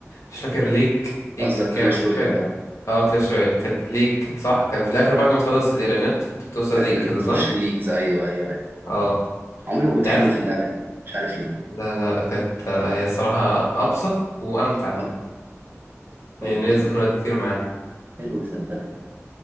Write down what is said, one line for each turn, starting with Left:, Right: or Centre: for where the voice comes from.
Left: مش فاكر ليج ليج
Right: قصدك
Left: كام
Right: كلاش
Left: مش
Right: رويال
Left: فاكر
Right: اه
Left: اه كلاش رويال كانت ليج صح كان في الاخر بعد ما تخلص الايرانات كنت بتوصل
Right: كان
Left: ليج كده
Right: بتخش
Left: صح
Right: الليجز ايوه ايوه ايوه
Left: اه
Right: عمري ما كنت
Left: انت
Right: حلو
Left: عارف
Right: في اللعبه دي مش عارف ليه
Left: لا لا كانت آه، هي الصراحه ابسط وامتع
Right: اه طب
Left: يعني ليا
Right: آه،
Left: ذكريات كتير معاها
Right: حلو صدقني